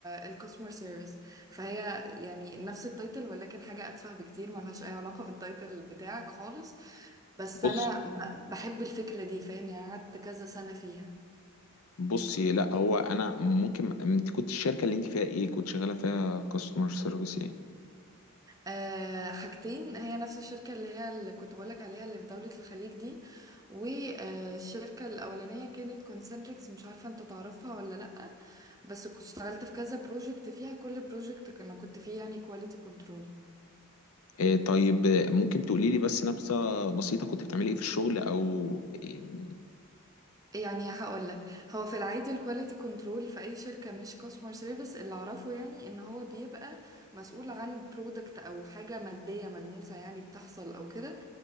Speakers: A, on the right; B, on the left.
A: الكاستمر سيرفيس فهي يعني نفس التايتل ولكن حاجة اتفه بكتير ملهاش اي علاقة بالتايتل بتاعك خالص بس
B: بص
A: انا ب- بحب الفكرة دي فاهم يعني قعدت كذا سنة فيها
B: بصي لا هو انا ممكن انت كنت الشركه اللي انت فيها ايه كنت شغاله فيها كاستمر سيرفيس ايه
A: آه حاجتين هي نفس الشركة اللي هي اللي كنت بقولك عليها اللي في دولة الخليج دي والشركة الأولانية كانت كونسنتريكس مش عارفة انت تعرفها ولا لأ بس كنت اشتغلت في كذا بروجكت فيها كل بروجكت كنا كنت فيه يعني كواليتي كنترول
B: إيه، طيب آه، ممكن تقولي لي بس نبذه بسيطه كنت بتعملي ايه في الشغل او إيه،
A: يعني هقول لك هو في العادي الكواليتي كنترول في اي شركه مش كاستمر سيرفيس اللي اعرفه يعني ان هو بيبقى مسؤول عن برودكت او حاجه ماديه ملموسه يعني بتحصل او كده